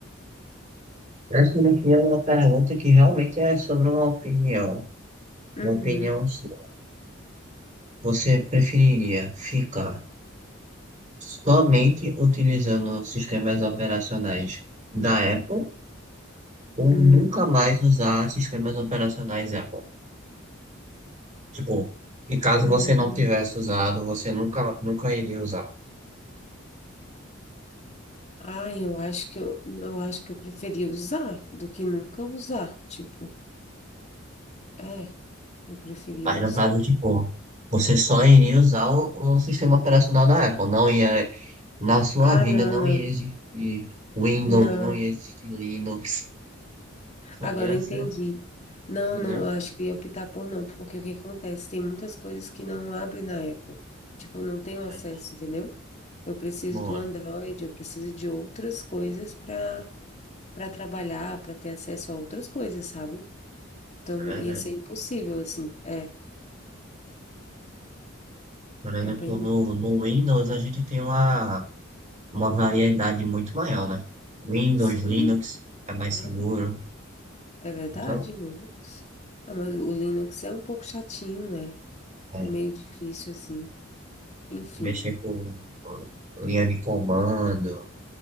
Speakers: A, on the right; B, on the left.
A: essa daqui é uma pergunta que realmente é sobre uma opinião.
B: Uhum.
A: Uma opinião sua. Você preferiria ficar somente utilizando sistemas operacionais da Apple ou
B: Uhum.
A: nunca mais usar sistemas operacionais Apple? Tipo, e caso
B: Uhum.
A: você não tivesse usado, você nunca, nunca iria usar.
B: Ah, eu acho que eu, eu acho que eu preferia usar do que nunca usar. Tipo, é, eu preferia
A: Mas
B: usar.
A: no caso, tipo, você só iria usar o, o sistema operacional da Apple, não ia Na sua
B: Ah,
A: vida
B: não,
A: não
B: não,
A: ia existir Windows,
B: não.
A: não ia existir Linux, só
B: Agora
A: ia
B: eu
A: ser,
B: entendi. Não,
A: entendeu?
B: não, eu acho que eu ia optar por não, porque o que acontece? Tem muitas coisas que não abrem na Apple. Tipo, eu não tenho acesso,
A: É,
B: entendeu? Eu preciso
A: boa,
B: do Android, eu preciso de outras coisas para para trabalhar, para ter acesso a outras coisas, sabe? Então
A: é
B: não
A: verdade.
B: ia ser impossível, assim. É,
A: Por exemplo,
B: é bem.
A: no, no Windows a gente tem uma, uma variedade muito maior, né? Windows,
B: Sim,
A: Linux é mais
B: aham,
A: seguro,
B: É verdade,
A: então,
B: meu Deus. Ah, mas o Linux é um pouco chatinho, né?
A: é,
B: É meio difícil, assim. Enfim.
A: mexer com linha de comando.